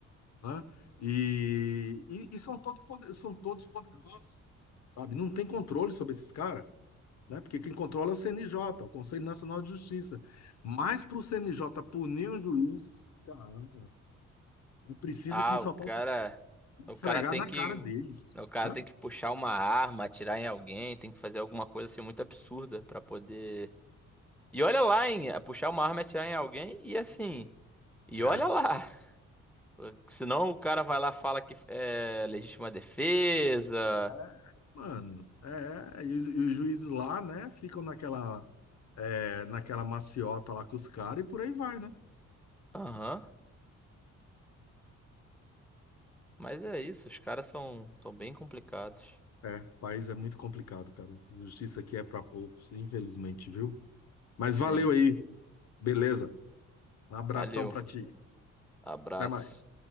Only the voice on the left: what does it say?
né? E, e, e são, todo poder- são todos poderosos, sabe? Não tem controle sobre esses caras, né? Porque quem controla é o CNJ, o Conselho Nacional de Justiça. Mas para o CNJ punir um juiz, cara, é preciso
que só
falte
esfregar
na
cara
deles,
né?
É.
É, <laughs> mano, é, e, os e os juízes lá, né, ficam naquela, é, naquela maciota lá com os caras e por aí vai, né?
É, o país é muito complicado, cara. Justiça aqui é pra poucos, infelizmente, viu? Mas
valeu aí, beleza? Um abração
pra ti.
Até mais.